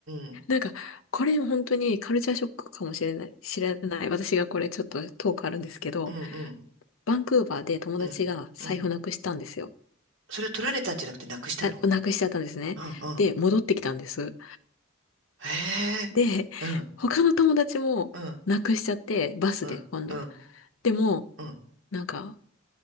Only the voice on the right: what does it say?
うん、
うん、うん、うん、
うん、うん。それを取られたんじゃなくてなくしたの。
うん、うん。
へえ、
うん、
うん、
うん、うん、
うん、